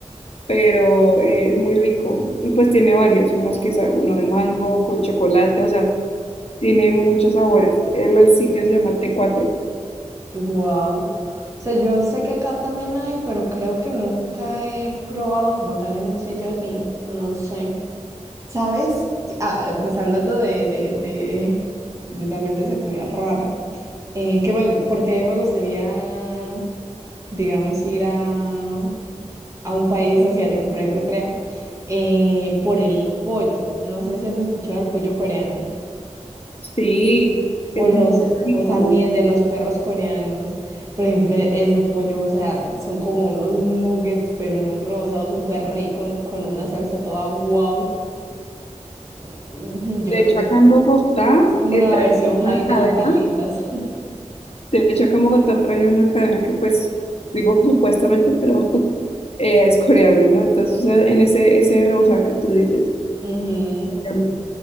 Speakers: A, on the left (about 55°); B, on the right (about 25°).
A: pero eh, es muy rico. Y pues tiene varios, unos quizá uno de mango con chocolate, o sea, tiene muchos sabores. El, el sitio se llama t cuatro
B: Wow. O sea, yo sé que acá también hay, pero creo que nunca he probado como tal en un sitio así. No sé. ¿Sabes? Ah, eh, pues hablando de, de, de, de también de esa comida rara, eh, que me, porque me gustaría, digamos, ir a, a un país asiático, por ejemplo, Corea, eh, por el pollo. No sé si has escuchado el pollo coreano
A: Sí, es
B: o los
A: muy rico.
B: o también de los perros coreanos. Por ejemplo, ese pollo, o sea, son como unos nuggets, pero en un rebozado súper rico, ¿no? con una salsa toda guau. <laughs> Yo
A: De
B: no
A: hecho,
B: sé.
A: acá en Bogotá
B: Es como
A: eh,
B: una
A: trajeron
B: versión high
A: una cadena.
B: de las alitas. <laughs>
A: De hecho, acá en Bogotá trajeron una cadena que, pues, digo que supuestamente, pero <laughs> eh, es coreana, ¿no? Entonces, eh, en ese, ese rebozado que tú dices.
B: Ujú,
A: em,